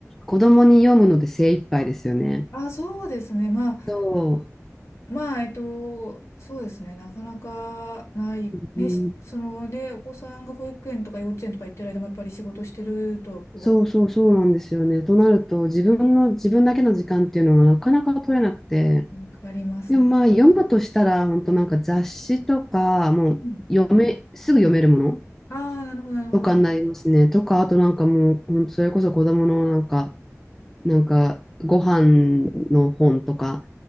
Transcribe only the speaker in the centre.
子供に読むので精一杯ですよね。
そ
う、
うん、
そうそうそうなんですよね。
となると、自分の、自分だけの時間っていうのがなかなか取れなくて、
でもまあ読むとしたら、本当なんか雑誌とか、もう読め、
すぐ読めるもの
とかになりますね。とか、あとなんかもう、ほんとそれこそ子供のなんか、なんかご飯の本とか、